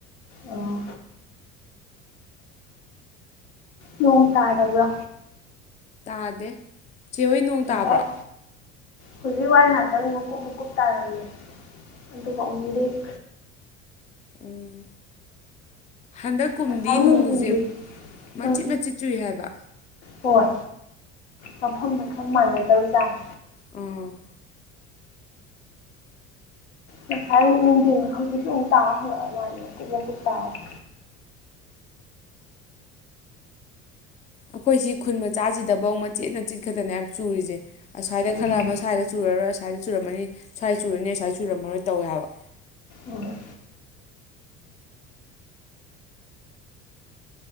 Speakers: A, on the left (about 85°); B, on the left (about 20°).
A: ꯑꯣ ꯅꯣꯡ ꯇꯥꯔꯕ꯭ꯔꯣ
B: ꯇꯥꯗꯦ ꯆꯦꯍꯣꯏ ꯅꯣꯡ ꯇꯥꯕ꯭ꯔꯣ
A: ꯑꯥꯏ ꯍꯧꯖꯤꯛ ꯋꯥ ꯉꯥꯛꯇꯪ ꯃꯀꯨꯞ ꯃꯀꯨꯞ ꯇꯥꯔꯝꯃꯦꯦ ꯑꯗꯨꯒ ꯑꯃꯨꯛꯦꯛ
B: ꯎꯝ ꯍꯟꯗꯛ ꯀꯨꯝꯗꯤ
A: ꯉꯁꯥꯏ ꯅꯨꯡꯊꯤꯟꯕꯨꯗꯤ
B: ꯅꯣꯡꯁꯦ
A: ꯈꯤꯇꯪ
B: ꯃꯆꯤꯠ ꯃꯆꯤꯠ ꯆꯨꯏ ꯍꯥꯏꯕ
A: ꯍꯣꯏ ꯃꯐꯝ ꯃꯐꯝ ꯃꯥꯟꯅꯗꯕꯖꯥꯅꯤ
B: ꯎꯝ
A: ꯉꯁꯥꯏ ꯅꯨꯡꯊꯤꯟ ꯍꯧꯖꯤꯛꯁꯨꯨ ꯇꯥ ꯍꯧꯛ ꯃꯥꯅꯤ ꯃꯀꯨꯞ ꯃꯀꯨꯞ ꯇꯥꯔꯦ
B: ꯑꯩꯈꯣꯏ ꯁꯤ ꯈꯨꯟ ꯃꯆꯥꯁꯤꯗꯐꯧ ꯃꯆꯦꯠ ꯃꯆꯦꯠ ꯈꯛꯇꯅꯦ ꯍꯥꯏꯕ ꯆꯨꯔꯤꯁꯦ ꯑꯁ꯭ꯏꯗ
A: ꯎꯝ
B: ꯈꯔ ꯑꯃ ꯁ꯭ꯋꯥꯏꯗ ꯆꯨꯔꯔꯣꯏꯁ꯭ꯋꯥꯏꯗ ꯆꯨꯔꯝꯃꯅꯤ ꯁ꯭ꯋꯥꯏꯗ ꯆꯨꯔꯅꯤ ꯑꯁ꯭ꯋꯥꯗ ꯆꯨꯔꯝꯃꯔꯣꯏ ꯇꯧꯋꯦ ꯍꯥꯏꯕ
A: ꯑꯣ